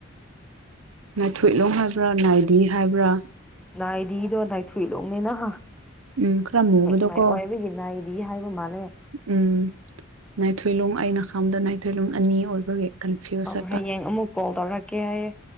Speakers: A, on the right (about 85°); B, in the centre.
A: ꯅꯥꯏꯊꯣꯏꯂꯣꯡ ꯍꯥꯏꯕ꯭ꯔꯥ ꯅꯥꯏꯗꯤ ꯍꯥꯏꯕ꯭ꯔꯥ
B: ꯅꯥꯏꯗꯤꯗꯣ ꯇꯥꯏ ꯊꯨꯏ ꯂꯣꯅꯦꯅꯍ
A: ꯎꯝ ꯈꯔ ꯃꯨꯕꯗꯣꯀꯣ
B: ꯃꯥꯏ ꯑꯣꯏꯕꯒꯤ ꯅꯥꯏꯗꯤ ꯗꯤ ꯍꯥꯏꯕꯨ ꯃꯥꯅꯦꯦ
A: ꯎꯝ ꯅꯥꯏꯊꯣꯏꯂꯣꯡ ꯑꯩꯅ ꯈꯥꯝꯗ ꯅꯥꯏꯊꯣꯏꯂꯣꯡ ꯑꯅꯤ ꯑꯣꯏꯕꯒꯤ ꯀꯟꯐ꯭ꯌꯨꯁ
B: ꯑ
A: ꯆꯠꯄ
B: ꯍꯌꯦꯡ ꯑꯃꯨꯛ ꯀꯣꯜ ꯇꯧꯔꯛꯀꯦ ꯍꯥꯏꯌꯦ